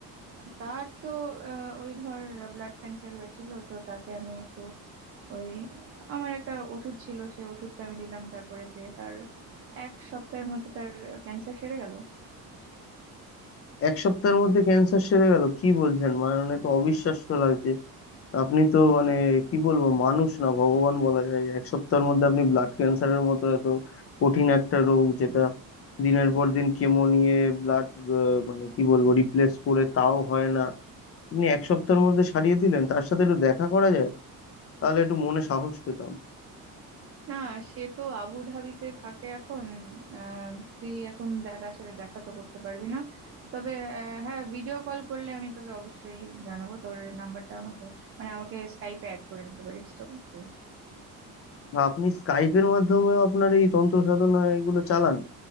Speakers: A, on the right (about 40°); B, on the left (about 40°).
A: তার তো আহ, ওই ধর ব্লাড ক্যান্সার হয়েছিল তো তাকে আমি একটু ওই আমার একটা ওষুধ ছিল সে ওষুধটা আমি দিলাম তারপরে সে তার এক সপ্তাহের মধ্যে তার ক্যান্সার সেরে গেল
B: এক সপ্তাহের মধ্যে ক্যান্সার সেরে গেল কি বলছেন মানে তো অবিশ্বাস্য লাগছে আপনি তো মানে কি বলবো মানুষ না ভগবান বলা যায় এক সপ্তাহের মধ্যে আপনি ব্লাড ক্যান্সারের মতো এত কঠিন একটা রোগ যেটা দিনের পর দিন কেমো নিয়ে ব্লাড মানে কি বলবো রিপ্লেস করে তাও হয় না আপনি এক সপ্তাহের মধ্যে সারিয়ে দিলেন তার সাথে একটু দেখা করা যায় তাহলে একটু মনে সাহস পেতাম
A: না সে তো আবু ধাবিতে থাকে এখন আহ তুই এখন দে- তার সাথে দেখা তো করতে পারবি না তবে আহ, হ্যাঁ ভিডিও কল করলে আমি তোকে অবশ্যই জানাবো তোর নাম্বারটা আমাকে মানে আমাকে স্কাইপে অ্যাড করে নিতে পারিস তো তুই
B: বা আপনি স্কাইপের মাধ্যমেও আপনার এই তন্ত্র সাধনা এগুলো চালান